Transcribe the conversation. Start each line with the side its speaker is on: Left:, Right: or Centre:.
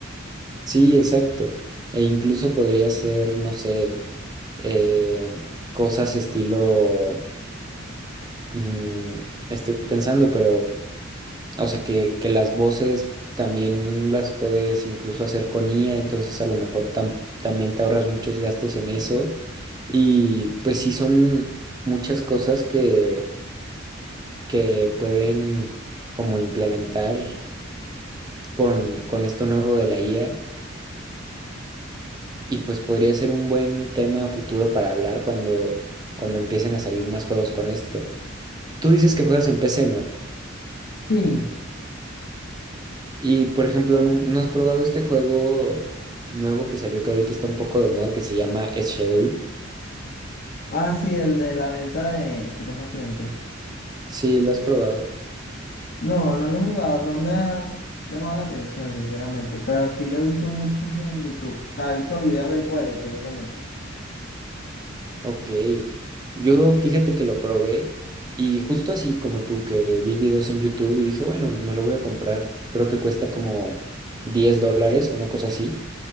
Right: Sí, exacto. E incluso podría ser, no sé, eh, cosas estilo, mm, estoy pensando, pero, o sea, que, que las voces también las puedes incluso hacer con IA, entonces a lo mejor tam- también te ahorras muchos gastos en eso. Y pues sí, son muchas cosas que, que pueden como implementar con, con esto nuevo de la IA. Y pues podría ser un buen tema futuro para hablar cuando, cuando empiecen a salir más juegos con esto. Tú dices que juegas en PC, ¿no?
Left: Sí,
Right: Y por ejemplo, ¿no no has probado este juego nuevo que salió que ahorita está un poco de moda que se llama Schedule?
Left: ah, sí, el de la venta de estupefacientes.
Right: Sí, lo has probado.
Left: No, no lo he jugado, no me ha llamado la atención, sinceramente, pero sí lo he visto mucho en YouTube, o sea, he visto videos del juego, curiosamente.
Right: Ok. Yo fíjate que lo probé y justo así como tú que vi videos en YouTube y dije, bueno, pues me lo voy a comprar. Creo que cuesta como 10 dólares, una cosa así.